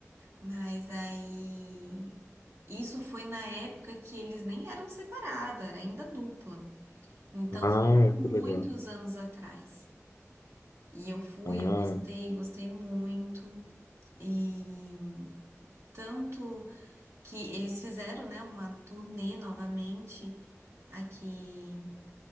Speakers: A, on the right; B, on the left.
A: Mas aí. Isso foi na época que eles nem eram separados, era ainda dupla. Então
B: Ah,
A: foi há muitos
B: que legal.
A: anos atrás. E eu fui,
B: Ah,
A: eu gostei, gostei muito. E tanto que eles fizeram, né, uma turnê novamente aqui